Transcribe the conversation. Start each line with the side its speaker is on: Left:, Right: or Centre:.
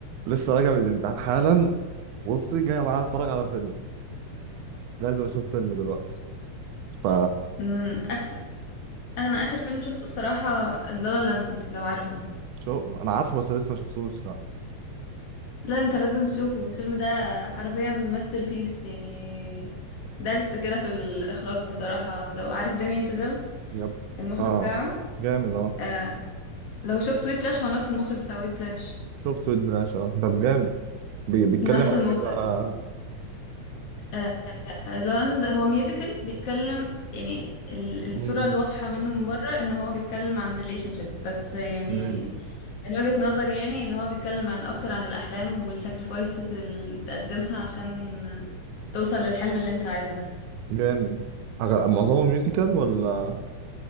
Right: لسه راجع من الامتحان حالا بصي جاي معايا اتفرج على فيلم لازم اشوف فيلم دلوقتي ف
Left: امم آخر... انا اخر فيلم شفته الصراحه لالا لاند لو عارفه
Right: شو انا عارفه بس لسه ما شفتوش لا
Left: لا انت لازم تشوفه الفيلم ده حرفيا ماستر بيس يعني درس كده في الاخراج بصراحه لو عارف دامين شازيل
Right: يلا
Left: المخرج
Right: اه
Left: بتاعه
Right: جامد اه
Left: آه لو شفت وي بلاش هو نفس المخرج بتاع وي بلاش
Right: شفت ويد براش اه طب جامد بي... بيتكلم
Left: نفس
Right: عن
Left: المخرج
Right: ايه بقى
Left: آه آه، لاند هو ميوزيكال بيتكلم يعني ال-
Right: مم.
Left: الصوره الواضحه منه من بره ان هو بيتكلم عن ريليشن شيب بس يعني
Right: مم.
Left: من وجهة نظري يعني ان هو بيتكلم عن اكتر عن الاحلام والساكريفايسز اللي بتقدمها عشان توصل للحلم اللي انت عايزه ده
Right: جامد أغ- معظمه ميوزيكال ولا